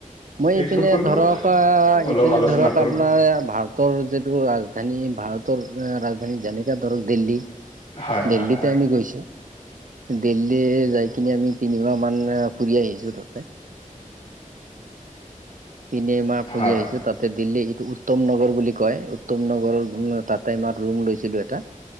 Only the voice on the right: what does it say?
মই
ইপিনে
ধৰক আহ
ইপিনে
ধৰক
আপোনাৰ ভাৰ তৰ যিটো ৰাজধানী ভাৰতৰ ৰাজধানী যেনেকে ধৰক দিল্লী।
দিল্লীতে
আমি গৈছো, দিল্লী যাই কিনে আমি তিনিমাহ মান ফুৰি আহিছোঁ তাতে। পিনে মাহ ফুৰি
আহিছো তাত টেক্সদিল্লী এইটো উত্তম নগৰ বুলি কয় উত্তম নগৰৰ উম, তাতে আমাৰ ৰুম লৈছিলো এটা।